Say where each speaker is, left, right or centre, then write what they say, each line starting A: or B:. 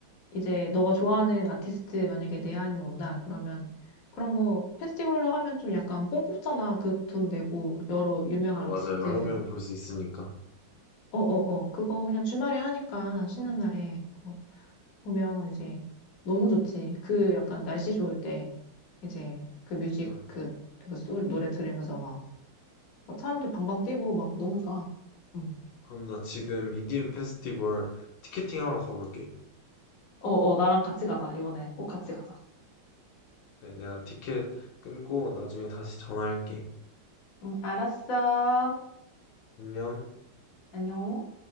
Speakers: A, on the left (about 55°); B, on the left (about 70°).
A: 이제 너가 좋아하는 아티스트 만약에 내한이 온다, 그러면 그런 거 페스티벌로 하면 좀 약간 뽕 뽑잖아. 그 돈 내고 여러 유명한
B: 아, 맞아.
A: 아티스트.
B: 여러 명 볼 수 있으니까.
A: 어, 어, 어. 그거 그냥 주말에 하니까 쉬는 날에 그거 보면 이제 너무 좋지. 그 약간 날씨 좋을 때 이제 그 뮤직
B: 헐.
A: 그, 그 소- 노래 들으면서 막, 막 사람들 방방 뛰고 막 너무 좋아. 응.
B: 그럼 나 지금 EDM 페스티벌 티켓팅 하러 가볼게.
A: 어, 어, 나랑 같이 가자, 이번에. 꼭 같이 가자.
B: 그래, 내가 티켓 끊고 나중에 다시 전화할게.
A: 응, 알았어.
B: 안녕.
A: 안녕.